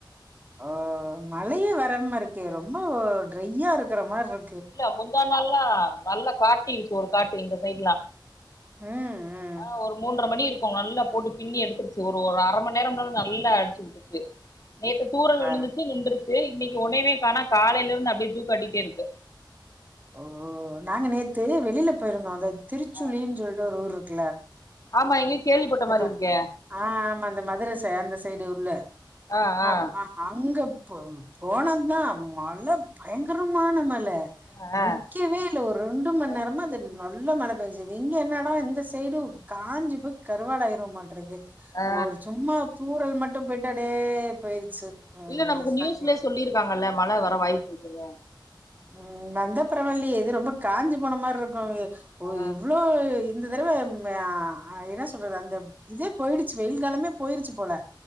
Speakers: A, on the right (about 20°); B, on the left (about 45°).
A: ஆ மழையே வராம இருக்கே ரொம்ப ட்ரையா இருக்கற மார் இரு
B: இல்ல முந்தா நாள் லா நல்ல காட்டி இருச்சு ஒரு காட்டு எங்க சைடுலா
A: ம் ம்
B: ஆ ஒரு மூன்ற மணி இருக் கு நல்லா போட்டு பின்னி எடுத்துருச்சு ஒரு ஒரு அர மண் நேரம்னாலு நல்லா அடிச்சு விட்டுச்சு நேத்து தூரல்
A: வேற
B: விழுந்துச்சு நின்றுச்சு இன்னைக்கு ஒன்னயுமே காணா காலைல இருந்து அப்டியே ஜூ காட்டிட்டே இருக்கு
A: ஓ நாங்க நேத்து வெளில போயிருந்தோ அந்த திருச்சுலின்
B: ஆ
A: சொல்ட்டு ஒரு ஊர் இருக்குல
B: ஆமா எங்கயோ கேள்விப்பட்ட
A: அந்தப்ப
B: மாரி இருக்கே
A: ஆ ஆமா அந்த மதுரை ச அந்த சைடு உள்ள
B: ஆ ஆ
A: அ ம அங்க ப போனதுதா மழ பயங்கரமான மழ
B: ஆ ஆ
A: நிக்கவே இல்ல ஒரு ரெண்டு மண்
B: தேங்க்யூ
A: நேரமா அது நல்ல மழ பேஞ்சுது இங்க என்னடா இந்த சைடு காஞ்சி போய் கருவாடு ஆயிருவமாட்ருக்கு
B: ஆ
A: ஒரு சும்மா தூறல் மட்டு போய்ட்டு அப்டியே போயிருச்சு அது
B: இல்ல நமக்கு நியூஸ்லே
A: சங்க
B: சொல்லிருக்காங்கல்ல மழ வர வாய்ப்பு இருக்குனு
A: ம் வந்தா பரவால்லியே இது ரொம்ப காஞ்சி போன மார் இருக்கு ஒ
B: ஆ
A: இவ்ளோ இந்த தடவ ம் ஆ என்ன சொல்றது அந்த இதே போயிடுச்சு வெயில் காலமே போயிருச்சு போல